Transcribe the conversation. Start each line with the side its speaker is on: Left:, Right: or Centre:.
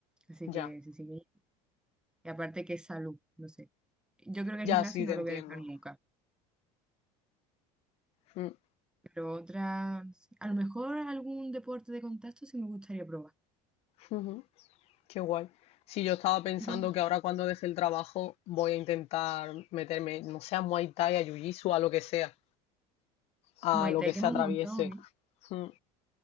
Centre: Así que
Left: Ya,
Centre: sí, sí. que- Y aparte que es salud, no sé. Yo creo que el
Left: ya,
Centre: gimnasio
Left: sí,
Centre: no
Left: te entiendo.
Centre: lo voy a dejar nunca,
Left: Mm,
Centre: pero otra, no sé, a lo mejor algún deporte de contacto sí me gustaría probar.
Left: ujú. Qué guay. Sí, yo estaba pensando
Centre: Yo cuando
Left: que ahora cuando deje el trabajo voy a intentar meterme, no sé a Muay Thai, a Jiu-Jitsu, a lo que sea, a
Centre: Muay
Left: lo
Centre: Thai
Left: que se
Centre: quema
Left: atraviese.
Centre: un montón, ¿eh?
Left: Mm.